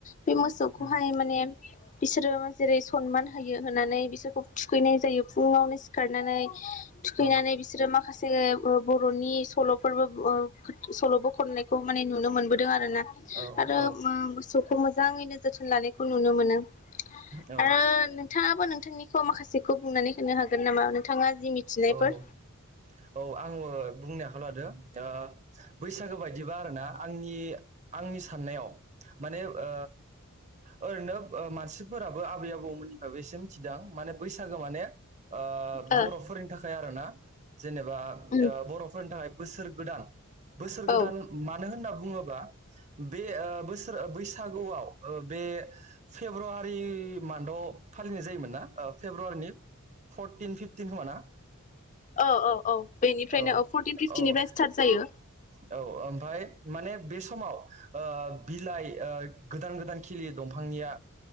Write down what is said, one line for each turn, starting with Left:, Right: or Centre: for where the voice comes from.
Left: बे मोसौखौहाय
Right: उम
Left: माने। बिसोरो जेरै सनमान होयो होनानै बिसोरखौ थुखैनाय जायो। फुङावनो सिखारनानै थुखैनानै
Right: औ
Left: बिसोरो माखासे। बर'नि सल'फोरबो ओ। सल'बो खननायखौ माने नुनो मोनबोदों आ। रोना
Right: औ
Left: आरो ओमोसौखौ मो। मोजाङैनो जोथोन लानायखौ नुनो मोनो।
Right: औ
Left: ओ। नोंथाङाबो नोंथांनिखौ माखासेखौ बुंनानै होनो हागोन नामा नोंथाङा जि मिथिनायफोर
Right: औ औ औ आङो बुंनो आखायाव लादो दा। आ बैसागो बायदिबा आरोना आंनि आंनि साननायाव माने ओ। ओरैनो मानसिफोराबो आबै आबौ मोननिफ्रायबो एसे मिथिदों माने। बैसागो माने ओ
Left: ओ
Right: बर'फोरनि। थाखाय आरोना। जेनेबा ओ
Left: उम
Right: बर'फोरनि थाखाय। बोसोर गोदान। बोसोर गोदान
Left: औ
Right: मानो होनना। बुङोबा बे ओ बोसोर बैसागुआव ओ बे फेब्रुवारि मान्दाव फालिनाय जायोमोन ना फेब्रुवारिनि फरटिन फिफटिन खोमाना?
Left: औ औ औ बेनिफ्रायनो
Right: औ
Left: ओ फरटिन फिफटिनिफ्राय
Right: औ
Left: स्टार्ट जायो।
Right: औ ओमफ्राय। माने बे समाव ओ बिलाइ ओ। गोदान गोदान खिलियो दंफांनिया।